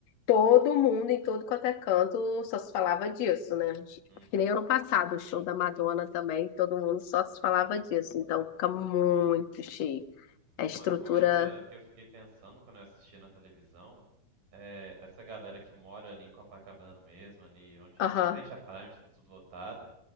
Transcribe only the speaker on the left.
Todo mundo em todo quanto é canto só se falava disso, né?
Que nem ano passado, o show da Madonna também, todo mundo só se falava disso. Então fica muito cheio. A estrutura.
Aham.